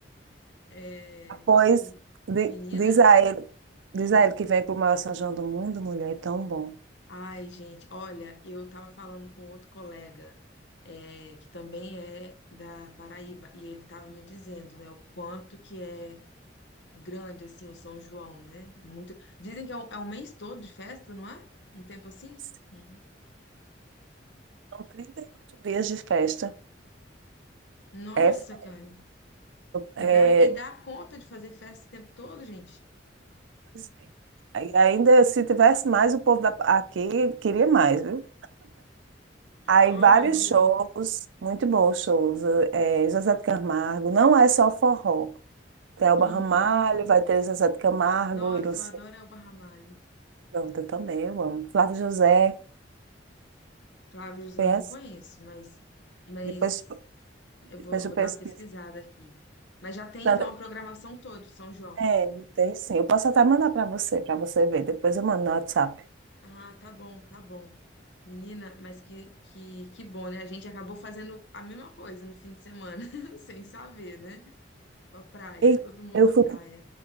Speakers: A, on the left; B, on the right.
A: É,
B: pois di-
A: menina,
B: diz a ele, diz
A: hum,
B: a ele que vem pro maior São João do mundo, mulher, é tão bom.
A: ai, gente, olha, eu tava falando com outro colega, é, que também é da Paraíba, e ele tava me dizendo, né, o quanto que é grande, assim, o São João, né? É Muito, dizem que é o, é o mês todo de festa, não é? Um tempo assim?
B: São
A: Hum.
B: 38 dias de festa.
A: Nossa,
B: É, festa.
A: cara.
B: é,
A: E dá, e dá conta de fazer festa o tempo todo, gente?
B: pois é. Aí ainda se tivesse mais, o povo da, aqui queria mais, viu? Aí
A: Oh,
B: vários
A: meu Deus.
B: shows, muito bons shows. É, José de Camargo, não é só forró. Tem Elba
A: Uhum.
B: Ramalho, vai ter José de Camargo,
A: Nossa,
B: e Luciano.
A: eu adoro Elba Ramalho.
B: Pronto, eu também, eu amo. Flávio José,
A: Flávio José
B: conhece?
A: eu não conheço, mas, mas
B: Depois,
A: eu
B: depois
A: vou, eu
B: eu
A: vou
B: pesquiso.
A: dar uma pesquisada aqui. Mas já tem
B: Sandra-
A: então a programação toda, do São João.
B: É, tem sim. Eu posso até mandar para você, para você ver. Depois eu mando no WhatsApp.
A: Ah, tá bom, tá bom. Menina, mas que, que, que bom, né? A gente acabou fazendo a mesma coisa no fim de semana, <laughs> sem saber, né? Pra praia,
B: E
A: todo mundo
B: eu
A: pra
B: fui
A: praia.